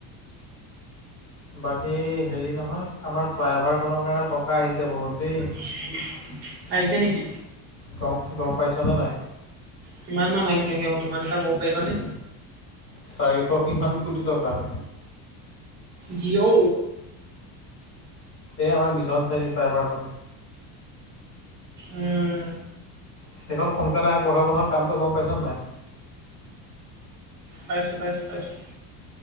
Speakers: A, on the left; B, on the right.
A: বাকী হেৰি নহয় আমাৰ ফ্লাই অভাৰখনৰ কাৰণে টকা আহিছে বহুত দেই
B: <unintelligible> আহিছে নিকি
A: গম গম পাইছনে নাই
B: কিমান মান আহিছে এনে অনুমান এটা ক'ব পাৰিবানে
A: চাৰিশ কিমান কোটি টকা
B: যি ঔ
A: এই আমাৰ মিছন চাৰিআলিৰ ফ্ৰাইভাৰখন
B: উম,
A: সেইখন সোনকালে আগবঢ়াব নহয় কামটো গম পাইছা নাই
B: পাইছো পাইছো পাইছো